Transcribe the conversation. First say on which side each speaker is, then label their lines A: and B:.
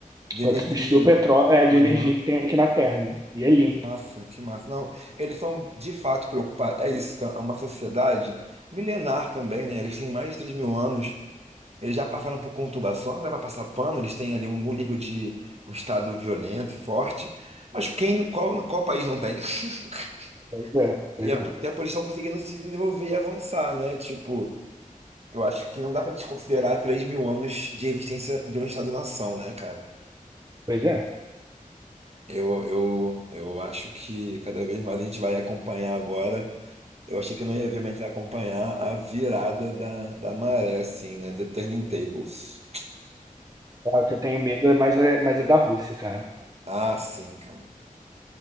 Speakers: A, on the right; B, on the right.
A: De
B: Pode
A: energia,
B: substituir o
A: né?
B: petróleo, é, de
A: Aham.
B: energia que tem aqui na Terra. né? E é limpo.
A: Nossa, que massa. Não, eles são de fato preocupados. É isso, tá? é uma sociedade milenar também, né? Eles têm mais de três mil anos. Eles já passaram por conturbação, não dá para passar pano, eles têm ali algum nível de um estado violento e forte. Mas quem, qual, qual país não tem? <laughs>
B: Pois é, pois
A: E ao
B: é.
A: mesmo tempo eles estão conseguindo se desenvolver e avançar, né? Tipo, eu acho que não dá pra desconsiderar 3 mil anos de existência de um Estado-nação, né, cara?
B: Pois é.
A: Eu, eu, eu acho que cada vez mais a gente vai acompanhar agora. Eu achei que eu não ia ver, mas a gente vai acompanhar a virada da, da maré, assim, né? The Turning Tables.
B: Claro que eu tenho medo, é mais é, mas é da Rússia, cara.
A: Ah, sim, cara.